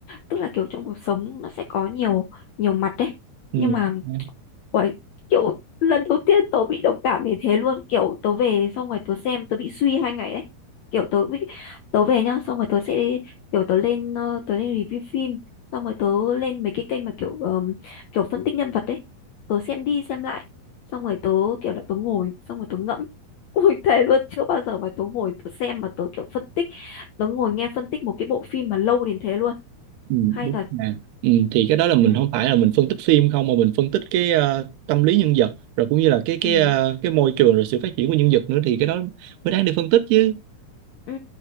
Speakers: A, on the left; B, on the right.
A: tức là kiểu trong cuộc sống nó sẽ có nhiều nhiều mặt đấy
B: ừ,
A: nhưng mà
B: ừ,
A: Uầy, kiểu lần đầu tiên tớ bị đồng cảm như thế luôn kiểu tớ về xong rồi tớ xem tớ bị suy hai ngày đấy kiểu tớ bị tớ về nhá xong rồi tớ sẽ kiểu tớ lên ờ, tớ lên review phim xong rồi tớ lên mấy cái kênh mà kiểu ờm, kiểu phân tích nhân vật đấy tớ xem đi xem lại xong rồi tớ kiểu là tớ ngồi xong rồi tớ ngẫm <laughs> ui thề luôn chưa bao giờ mà tớ ngồi tớ xem mà tớ kiểu phân tích tớ ngồi nghe phân tích một cái bộ phim mà lâu đến thế luôn
B: ừ,
A: hay
B: đúng
A: thật
B: nè ừ, thì cái đó là mình
A: ừ
B: không phải là mình phân tích phim không mà mình phân tích cái ờ, tâm lý nhân vật rồi cũng như là cái cái
A: ừ
B: ờ, cái môi trường rồi sự phát triển của nhân vật nữa thì cái đó mới đáng để phân tích chứ
A: Ừ.